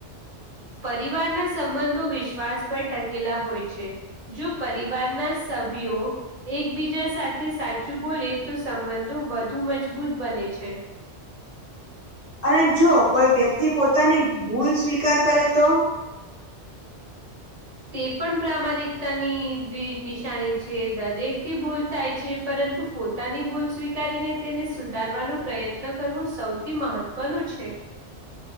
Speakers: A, on the right; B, on the left.
A: પરિવારના સંબંધો વિશ્વાસ પર ટકેલા હોય છે. જો પરિવારના સભ્યો એકબીજા સાથે સાચું બોલે તો સંબંધો વધુ મજબૂત બને છે.
B: અને જો કોઈ વ્યક્તિ પોતાની ભૂલ સ્વીકાર કરે તો?
A: તે પણ પ્રામાણિકતાની નિશાની છે દરેક થી ભૂલ થાય છે પરંતુ પોતાની ભૂલ સ્વીકારીને તેને સુધારવાનું પ્રયત્ન કરવું સૌથી મહત્વનું છે.